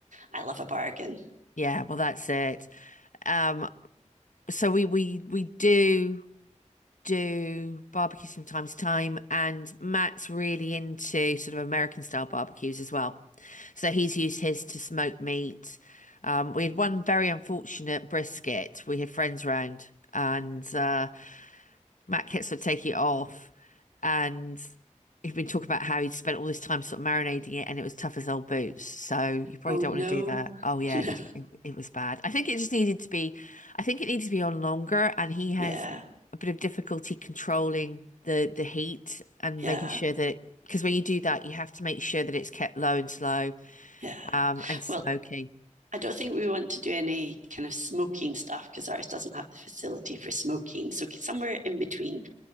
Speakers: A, on the right; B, on the left.
A: I love a bargain.
B: yeah, well, that's it. Um, so we we we do. do barbecues from time to time, and Matt's really into sort of American style barbecues as well. So he's used his to smoke meat. Um, we had one very unfortunate brisket. We had friends round, and uh, Matt Kits would take it off, and he'd been talking about how he'd spent all this time sort of marinating it, and it was tough as old boots. So you probably
A: Oh,
B: don't
A: no.
B: want to do that. Oh
A: <laughs>
B: yeah,
A: no.
B: it was it, it was bad. I think it just needed to be, I think it needed to be on longer, and he has
A: Yeah,
B: a bit of difficulty controlling the the heat and
A: yeah,
B: making sure that because when you do that, you have to make sure that it's kept low and slow,
A: yeah.
B: um, and smoky.
A: Well, I don't think we want to do any kind of smoking stuff because ours doesn't have the facility for smoking. So somewhere in between